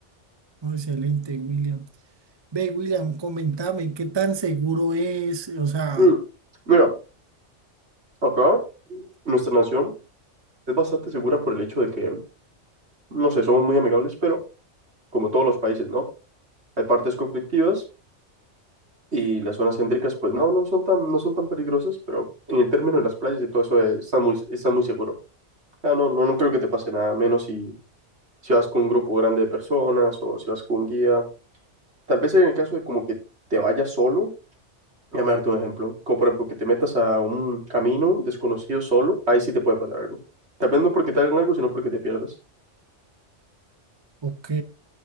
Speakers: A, on the right (about 25°); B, on the right (about 60°).
A: oh, excelente, William. Ve, William, comentame qué tan seguro es, o sea,
B: Mm, Mira, acá nuestra nación es bastante segura por el hecho de que, no sé, somos muy amigables, pero como todos los países, ¿no? Hay partes conflictivas y las zonas céntricas, pues no, no son tan, no son tan peligrosas, pero en el término de las playas y todo eso eh, está muy, está muy seguro. Ah, no, no, no creo que te pase nada, menos si, si vas con un grupo grande de personas o si vas con un guía. Tal vez en el caso de como que te vayas solo, Déjame darte un ejemplo. Como por ejemplo que te metas a un camino desconocido solo, ahí sí te puede pasar algo. Tal vez no porque te hagan algo, sino porque te pierdas.
A: ok.